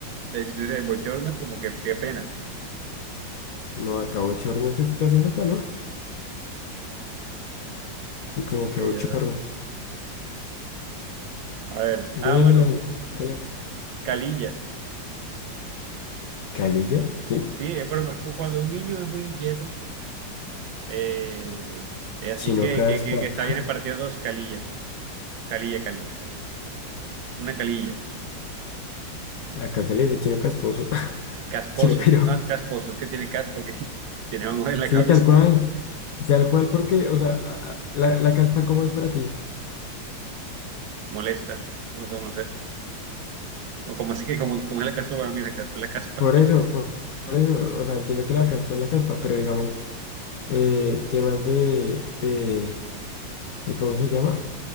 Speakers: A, on the right; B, on the left.
A: Eh, Si tú dices bochorno es como que qué pena.
B: no, acá bochorno se está haciendo calor. Sí, como que
A: Eh,
B: bochorno.
A: a ver,
B: Ve
A: ah, bueno,
B: la gente la
A: calilla.
B: calilla, que
A: Sí, eh, pero bueno, cuando un niño es muy inquieto, eh, eh, así
B: chino
A: que,
B: caspa.
A: que, que, que está
B: <laughs>
A: bien partido dos, calilla, calilla, calilla, una calilla,
B: Acá se le dice chino casposo. <laughs>
A: casposo,
B: Chino pero.
A: ah, casposo, es que tiene caspa, que <laughs> tiene algo en la
B: Sí,
A: cabeza,
B: tal cual. Tal cual, porque, o sea, a- a- la, la caspa, ¿cómo es para ti?
A: molesta, no sé, no sé. O como así que, como, como es la caspa para mí, la caspa es la caspa.
B: Por eso, por por eso. O sea, entiendo que la caspa es la caspa, pero digamos. eh, temas de, de, de, ¿cómo se llama?